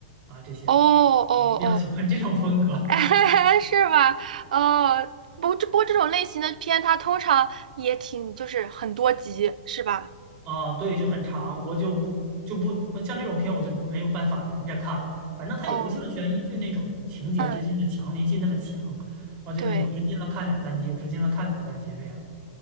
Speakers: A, on the right; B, on the right.
A: 啊，这些
B: 哦哦
A: 我比较喜欢这种风格。
B: 哦，<laughs> 是吧？呃，不，这不过这种类型的片它通常也挺就是很多集，是吧？
A: 啊，对，就很长，我就不就不像这种片我就没有办法连着看，反正它也不像悬疑剧那种情节之间的强连性那么强，
B: 哦，嗯，
A: 啊，就是有时间了看两三集，
B: 对。
A: 有时间了看两三集这样